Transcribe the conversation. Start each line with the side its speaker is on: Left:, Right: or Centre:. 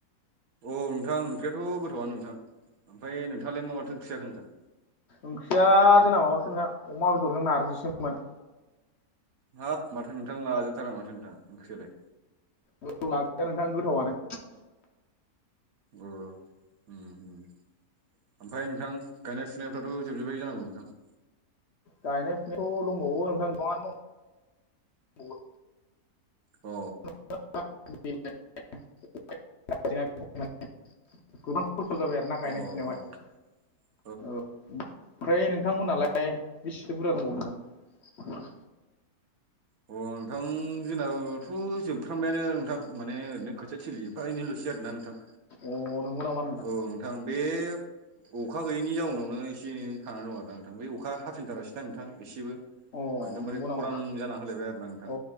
Right: औ नोंथां ओंख्रियाथ' गोथावा नोंथां ओमफ्राय नोंथाङालाय मा मा माथो ओंख्रि जाखो नोंथां
Left: ओंख्रिया जोंना माबासो नोंथां अमा बेदरजों नारजिसोमोन
Right: हाब माथो नोंथां लाजाथारा माथो नोंथां ओंख्रियालाय
Left: औ लाजाया नोंथां गोथावानो
Right: अ उम उम ओमफ्राय नोंथां गायनाय फुनायफ्राथ' जोबजोबबाय जानांगौ नोंथां?
Left: गायनाय फुनायथ' दंबावो नोंथां गोबाङानो दंबावो
Right: अ
Left: <unintelligible> ना गायनाय फुनायावहाय
Right: अ <inaudible>
Left: औ ओमफ्राय नोंथांमोनहालाय बेसेथो बुरजा दंबावो नोंथां
Right: अ नोंथां जोंनावथ' जोबफ्रामबायानो नोंथां माने ओरैनो खोथिया थिलि फा एनोल'सै आरोना नोंथां
Left: अ नंगौ नामा
Right: औ नोंथां बे अखा गैयैनि जाउनावनो एसे एनै थानानानै दं आरो नोंथां बे अखा हाबफिनथारासै नां नोंथां एसेबो।
Left: अ
Right: एकदमबारे
Left: नंगौ
Right: खरान
Left: नामा नोंथां
Right: जाना होलायबाय आरोना नोंथां
Left: अ